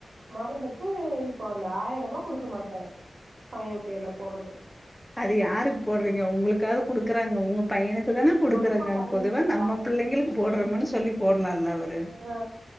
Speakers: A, on the right; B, in the centre.
A: மறந்துட்டு இப்போ அந்த ஆயிருபா குடுக்க மாட்றாரு பைய பேர்ல போட்றதுக்கு
B: அது யாருக்கு போட்றீங்க உங்களுக்காது குடுக்குறாங்க உங்க பையனுக்கு தான குடுக்குறாங்க
A: நம்ம பையன்
B: பொதுவா
A: தான
B: நம்ம
A: பா
B: பிள்ளைங்களுக்கு போட்றோமுனு சொல்லி போடலால்ல அவரு
A: ஆ